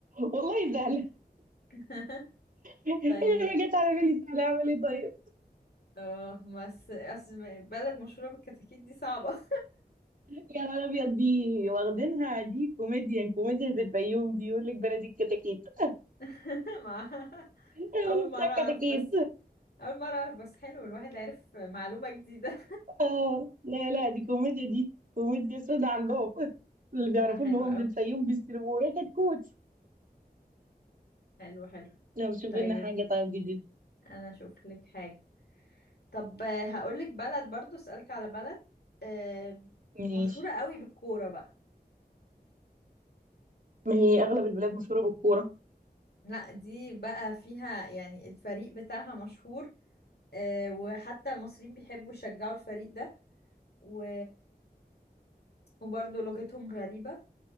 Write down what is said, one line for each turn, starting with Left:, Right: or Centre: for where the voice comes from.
Right: والله سهله
Left: <laughs>
Right: هي
Left: طيب
Right: ما <laughs> جت على بالي سهله اعمل ايه طيب
Left: اه بس أصل بلد مشهورة بالكتاكيت دي صعبة
Right: يا نهار ابيض دي واخدينها دي كوميديان كوميديان في الفيوم دي يقول لك بلدي الكتاكيت <laughs>
Left: <laughs> مع
Right: قالوا
Left: أول
Right: بتاع
Left: مرة أعرف
Right: كتاكيت
Left: بس أول مرة أعرف بس حلو الواحد عرف معلومة جديدة
Right: اه لا لا دي كوميديا دي كوميديا سودا عندهم <laughs> اللي بيعرفوا
Left: <laughs> لا حلو
Right: ان هو
Left: أوي
Right: من الفيوم بيستلموه يا كتكوت
Left: حلو حلو
Right: لو شوف
Left: طيب
Right: لنا حاجة طيب جديد
Left: انا اشوف لك حاجة طب آه، هقول لك بلد برضو اسألك على بلد آه،
Right: ماشي
Left: مشهورة قوي بالكورة بقى
Right: ما هي اغلب البلاد مشهوره بالكوره
Left: لا دي بقى فيها يعني الفريق بتاعها مشهور آه، وحتى المصريين بيحبوا يشجعوا الفريق ده و... وبرضو لغتهم غريبة